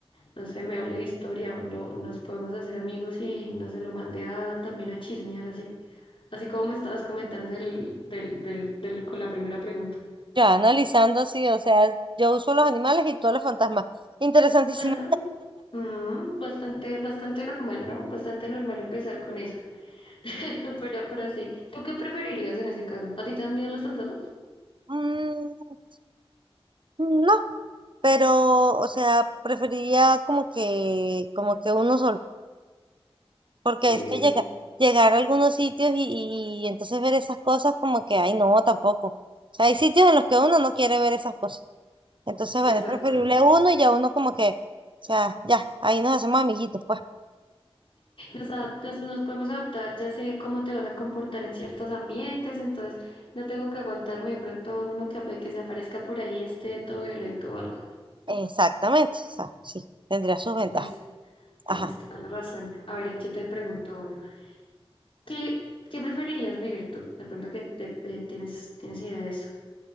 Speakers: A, on the left (about 55°); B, on the right (about 50°).
A: no sé, me hable de historia, no, nos podemos hacer amigos y no se lo mandé a, también a chismear así. Así como me estabas comentando del, del, del, del- con la primera pregunta.
B: Ya, analizando, sí, o sea, yo uso los animales y todos los fantasmas. Interesantísimo.
A: Nada, mm, bastante, bastante normal, ¿no? Bastante normal empezar con eso. <laughs> Pero, pero sí, ¿tú qué preferirías en ese caso? ¿A ti te dan miedo los fantasmas?
B: Mm, no, pero, o sea, preferiría como que, como que uno solo. Porque
A: Sí,
B: es que
A: sí,
B: llega,
A: sí,
B: llegar a algunos sitios y, y entonces ver esas cosas como que, ay, no, tampoco. O sea, hay sitios en los que uno no quiere ver esas cosas. Entonces,
A: exactamente.
B: bueno, es preferible uno y ya uno como que, o sea, ya, ahí nos hacemos amiguitos, pues.
A: Nos adaptas, nos podemos adaptar, ya sé cómo te vas a comportar en ciertos ambientes, entonces no tengo que aguantarme de pronto a uno que, ape- que se aparezca por ahí esté todo violento o algo.
B: Exactamente, o sea, sí, tendría sus ventajas.
A: Tienes,
B: Ajá.
A: tienes toda la razón. A ver, yo te pregunto uno. ¿Qué, qué preferirías vivir tú? De pronto que te, eh, tienes, tienes idea de eso.